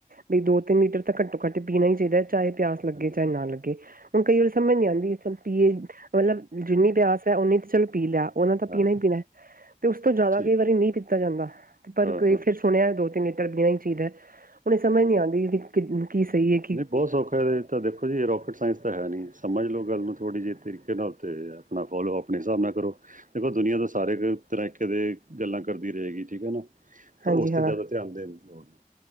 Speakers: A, on the right; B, on the right.
A: ਬਈ ਦੋ-ਤਿੰਨ ਲੀਟਰ ਤਾਂ ਘੱਟੋ ਘੱਟ ਪੀਨਾ ਈ ਚਾਇਦੈ ਚਾਏ ਪਿਆਸ ਲੱਗੇ
B: ਹਾਂਜੀ,
A: ਚਾਏ ਨਾ ਲੱਗੇ। ਹੁਨ ਕਈ ਵਾਰੀ ਸਮਝ ਨੀ ਆੰਦੀ ਚਲ ਪੀਏ ਮਤਲਬ ਜਿੰਨੀ ਪਿਆਸ ਐ ਓਨੀ ਤੇ ਚਲ ਪੀ ਲੇਆ ਓਨਾਂ ਤਾ ਪੀਨਾ
B: ਹਾਂ
A: ਈ ਪੀਨੈ ਤੇ ਉਸ ਤੋਂ ਜਾਦਾ
B: ਠੀਕ
A: ਕਈ ਵਾਰੀ ਨਈ ਪੀਤਾ ਜਾਂਦਾ, ਪਰ
B: ਹਾਂ
A: ਕਈ
B: ਹਾਂ
A: ਫੇਰ ਸੁਨੇਐ ਦੋ-ਤਿੰਨ ਲੀਟਰ ਪੀਣਾ ਈ ਚਾਇਦਾ, ਹੁਣ ਏ ਸਮਝ ਨਈ ਆੰਦੀ <unintelligible> ਕੀ ਸਈ ਏ।
B: ਨੀ ਬੋਤ ਸੌਖਾ ਜੇ। ਤਾਂ ਦੇਖੋ ਜੀ ਰੋਕਟ ਸਾਇੰਸ ਤਾਂ ਹੈ ਨਹੀਂ, ਸਮਝ ਲਓ ਗੱਲ ਨੂੰ ਥੋੜ੍ਹੀ ਜਿਹੀ ਤਰੀਕੇ ਨਾਲ ਤੇ ਆਪਣਾ ਫੋਲੋ ਆਪਣੇ ਹਿਸਾਬ ਨਾਲ ਕਰੋ। ਦੇਖੋ ਦੁਨੀਆਂ ਤੇ ਸਾਰੇ ਤਰੈਕੇ ਦੇ ਗੱਲਾਂ ਕਰਦੀ ਰਏਗੀ ਠੀਕ ਏ ਨਾ, ਤਾਂ
A: ਹਾਂਜੀ
B: ਓਸ ਤੇ
A: ਹਾਂ
B: ਜ਼ਿਆਦਾ ਤਿਆਨ ਦੇਨ ਦੀ ਲੋੜ ਨੀ।